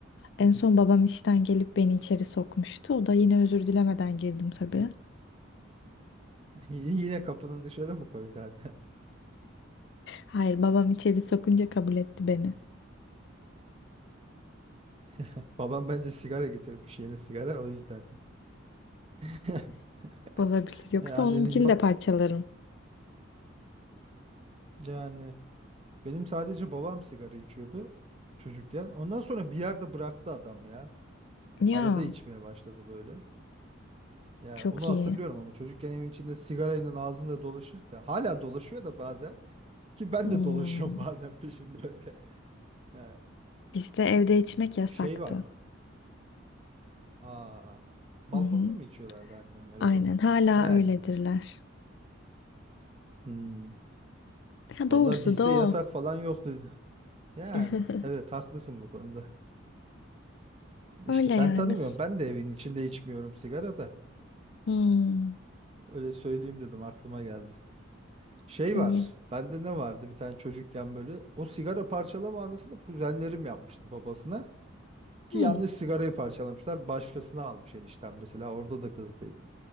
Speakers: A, on the left; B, on the right.
A: En son babam işten gelip beni içeri sokmuştu. O da yine özür dilemeden girdim tabii.
B: Y- Yine kapının dışarı mı koydu annen?
A: Hayır babam içeri sokunca kabul etti beni.
B: <laughs> Babam bence sigara getirmiş yeni sigara o yüzden. <laughs>
A: Olabilir. Yoksa
B: Annenin
A: onunkini
B: yok
A: de parçalarım.
B: Yani benim sadece babam sigara içiyordu çocukken. Ondan sonra bir yerde bıraktı adam ya.
A: Ya
B: Arada içmeye başladı böyle. Ya
A: çok
B: onu hatırlıyorum
A: iyi.
B: ama çocukken evin içinde sigarayla ağzında dolaşır da hala dolaşıyor da bazen ki ben
A: Hmm.
B: de dolaşıyorum <laughs> bazen peşinde öyle. Ya
A: Bizde evde içmek yasaktı.
B: şey var bu. Aa, balkonda
A: Hı hı.
B: mı içiyorlardı annenler
A: Aynen
B: o zaman?
A: hala
B: Yani.
A: öyledirler.
B: Hmm.
A: Ya
B: Vallahi
A: doğrusu
B: bizde
A: da o.
B: yasak falan yoktu. Yani
A: <laughs>
B: evet haklısın bu konuda.
A: Öyle
B: İşte
A: yani.
B: ben tanımıyorum. Ben de evin içinde içmiyorum sigara da.
A: Hmm.
B: Öyle söyleyeyim dedim aklıma geldi. Şey
A: İyi.
B: var. Bende ne vardı bir tane çocukken böyle. O sigara parçalama anısını kuzenlerim yapmıştı babasına. Ki
A: Hmm.
B: yanlış sigarayı parçalamışlar. Başkasına almış enişten mesela. Orada da kızdıydı.